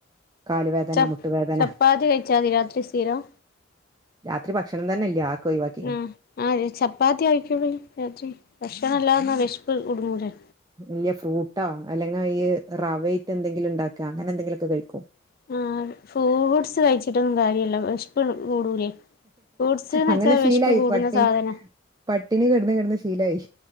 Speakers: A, on the right; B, on the left.
A: കാലുവേദന
B: ച
A: മുട്ടുവേദന
B: ചപ്പാത്തി കഴിച്ചാൽ മതി രാത്രി സ്ഥിരം
A: രാത്രി ഭക്ഷണം തന്നെ ഇല്ല്യ അതൊക്കെ ഒഴിവാക്കി
B: ആ ആ ചപ്പാത്തി കഴിക്കുള്ളേ രാത്രി ഭക്ഷണം ഇല്ലാതെ നിന്നാ വിഷപ്പ് കുടുങ്ങൂലേ
A: ഇല്ല്യ ഫ്രൂട്ടോ അല്ലെങ്കി ഈ റവയിറ്റ് എന്തെങ്കിലും ഉണ്ടാക്ക അങ്ങനെ എന്തെങ്കിലുക്കെ കഴിക്കും
B: ആ ഫ്രൂട്ട്സ് കഴിച്ചിട്ടൊന്നും കാര്യല്ല വെശ് പ്പ് കൂടൂലേ ഫ്രൂട്ട്സ്ന്ന്
A: അങ്ങനെ
B: വെച്ചാൽ
A: ശീലായി
B: വിഷ്പ് കൂടുന്ന
A: പട്ടിണി
B: സാധന
A: പട്ടിണി കിടന്ന് കിടന്ന് ശീലായി